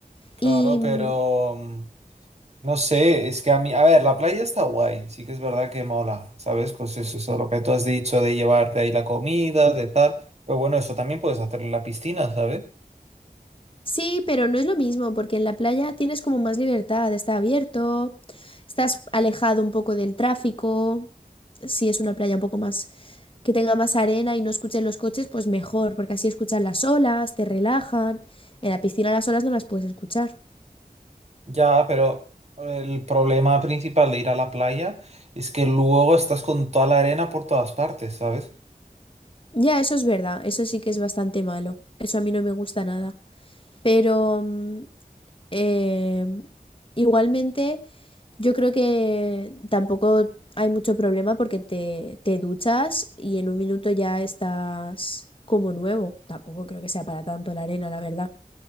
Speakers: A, on the right (about 45°); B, on the left (about 35°).
A: Claro,
B: Y mm,
A: pero mm, no sé, es que a mí, a ver, la playa está guay, sí que es verdad que mola, ¿sabes? Pues eso, eso, lo que tú has dicho de llevarte ahí la comida, de tal, pero bueno, eso también puedes hacer en la piscina, ¿sabes?
B: sí, pero no es lo mismo porque en la playa tienes como más libertad, está abierto, estás alejado un poco del tráfico si es una playa un poco más que tenga más arena y no escuchen los coches, pues mejor, porque así escuchan las olas, te relajan. En la piscina las olas no las puedes escuchar.
A: Ya, pero el problema principal de ir a la playa es que luego estás con toda la arena por todas partes, ¿sabes?
B: Ya, eso es verdad, eso sí que es bastante malo. Eso a mí no me gusta nada. Pero mm, eh, igualmente yo creo que tampoco hay mucho problema porque te, te duchas y en un minuto ya estás como nuevo. Tampoco creo que sea para tanto la arena, la verdad.